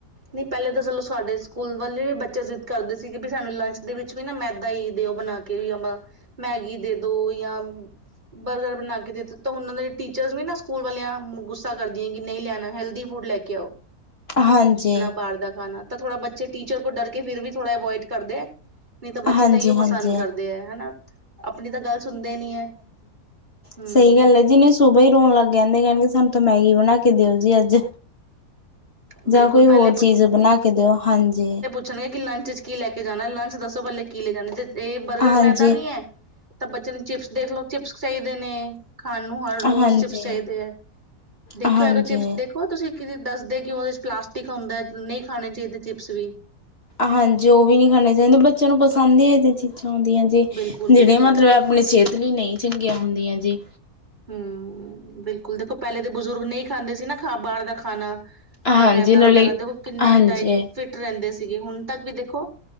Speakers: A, on the right; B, on the left.
A: ਨਈ ਪੈਲੇ ਤੇ ਸਲੋ ਸਾਡੇ ਸਕੂਲ ਵਾਲੇ ਵੀ ਬੱਚੇ ਜ਼ਿਦ ਕਰਦੇ ਸੀਗੇ ਵੀ ਸਾਨੂੰ ਲੰਚ ਦੇ ਵਿਚ ਵੀ ਨਾ ਮੈਦਾ ਈ ਦਿਓ ਬਣਾ ਕੇ ਕੇ ਯਮ ਮੈਗੀ ਦੇ ਦੋ ਯਾਂ ਬਰਗਰ ਬਣਾ ਕੇ ਦੇਤ ਤੋ ਓਨਾ ਦੇ ਟੀਚਰਸ ਵੀ ਨਾ ਸਕੂਲ ਵਾਲਿਆਂ ਗੁੱਸਾ ਕਰਦੀਆਂ ਕਿ ਨਈ ਲਿਆਣਾ ਹੈਲਦੀ ਫੂਡ ਲੈ ਕੇ ਘਿਓ
B: ਹਾਂਜੀ
A: ਬਾਅਰ ਦਾ ਖਾਣਾ ਤਾ ਥੋੜਾ ਬੱਚੇ ਟੀਚਰ ਕੋ ਡਰ ਕੇ ਫਿਰ ਵੀ ਥੋੜਾ ਅਵੋਇਡ ਕਰਦੇ ਐ। ਨਈ ਤਾ ਬੱਚੇ
B: ਹਾਂਜੀ
A: ਤਾ ਇਓ ਪਸੰਦ
B: ਹਾਂਜੀ
A: ਕਰਦੇ ਐ ਹਨਾ ਆਪਣੀ ਤਾ ਗੱਲ ਸੁਣਦੇ ਨੀ ਹੈ। ਹੂੰ
B: ਸਈ ਗੱਲ ਐ ਜਿ ਸੁਬਾ ਈ ਰੋਣ ਲੱਗਗੇ ਕਹਿੰਦੇ ਕੈਣਗੇ ਸਾਨੂੰ ਤਾ ਮੈਗੀ ਬਣਾ ਕੇ ਦਿਓ ਜੀ ਅੱਜ।
A: ਬਿਲਕੁਲ
B: ਜਾਂ ਕੋਈ
A: ਪਹਿਲੇ
B: ਹੋਰ ਚੀਜ ਬਣਾ ਕੇ ਦਿਓ ਹਾਜੀ।
A: <unintelligible> ਚੰਗਾ ਲੰਚ ਚ ਕੀ ਲੈ ਕੇ ਜਾਣਾ ਲੰਚ ਦੱਸੋ ਪੈਲੇ ਕੀ ਲੈਜਾਦੇ ਏ ਬਰਗਰ
B: ਹਾਂਜੀ
A: ਮੈਦਾ ਨਈ ਏ। ਤਾ ਬੱਚੇ ਨੂੰ ਚਿਪਸ ਦੇਖ ਲੋ ਚਿਪਸ ਚਾਈਦੇ ਨੇ। ਖਾਣ ਨੂੰ ਹਰ ਰੋਜ਼
B: ਹਾਂਜੀ।
A: ਚਿਪਸ ਚਾਈਦੇ ਐ ਦੇਖਿਓ
B: ਹਾਂਜੀ
A: ਅਗਰ ਚਿਪਸ ਦੇਖੋ ਤੁਸੀ ਕਿਵ ਦੱਸਦੇ ਕਿ ਓਦੇ 'ਚ ਪਲਾਸਟਿਕ ਹੁੰਦਾ ਏ ਨਈ ਖਾਣੇ ਚਾਈਦੇ ਚਿਪਸ ਵੀ।
B: ਹਾਂਜੀ ਓ ਵੀ ਨਈ ਖਾਣੇ ਚਾਈਦੇ ਬੱਚਿਆਂ ਨੂੰ ਪਸੰਦ ਈ ਇਹ ਜਿਆਂ ਚੀਜਾ ਆਂਦੀਆਂ ਜੇ
A: ਬਿਲਕੁਲ
B: ਜਿਹੜੇ
A: ਬਿਲਕੁਲ
B: ਮਤਲਬ ਆਪਣੀ ਸਿਹਤ ਲਈ ਨਈ ਚੰਗੀਆਂ ਹੁੰਦੀਆਂ ਜੇ।
A: ਹੂੰ, ਬਿਲਕੁਲ ਦੇਖੋ ਪੈਲੇ ਦੇ ਬਜੁਰਗ ਨਈ ਖਾਂਦੇ ਸੀ ਨਾ ਖਾ ਬਾਅਰ ਦਾ ਖਾਣਾ
B: ਹਾਂਜੀ
A: ਯਾ ਮੈਦਾ
B: ਨਾਲੇ
A: ਵਗੈਰਾ ਦੇਖੋ ਕਿਨੇ
B: ਹਾਂਜੀ
A: ਡਾਇ ਫਿਟ ਰੈਂਦੇ ਸੀਗੇ ਹੁਣ ਤਕ ਵੀ ਦੇਖੋ।